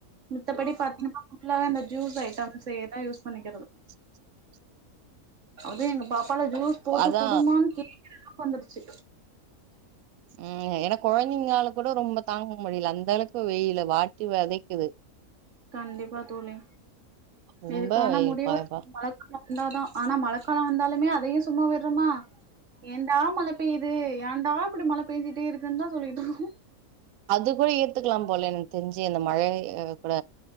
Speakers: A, on the right; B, on the right.
A: மித்தபடி பாத்திங்கனா ஃபுல்லாவே இந்த ஜூஸ் ஐட்டம்ஸேதா யூஸ் பண்ணிக்கறது
B: <unintelligible>
A: அது எங்க பாப்பால ஜூஸ் போட்டு
B: அதா
A: குடுமான் கேக்கற அளவுக்கு வந்துருச்சு
B: ம் ஏன்னா கொழந்தைங்லால கூட ரொம்ப தாங்கு முடில அந்த அளவுக்கு வெயிலு வாட்டி வதைக்குது
A: கண்டிப்பா தோழி
B: ரொம்ப
A: இதுக்கான
B: வெயில்
A: முடிவு
B: பாப்பா
A: மழக்கா வந்தாதா ஆனா மழக்கால வந்தாலுமே அதையு சும்மா விடறமா ஏன்டா மழ பேய்து ஏன்டா இப்படி மழை பேஞ்சுட்டே இருக்குன்தா சொல்லிட்ருக்கோ
B: அது கூட ஏத்துக்கலா போல எனக்கு தெரிஞ்சு அந்த மழைய கூட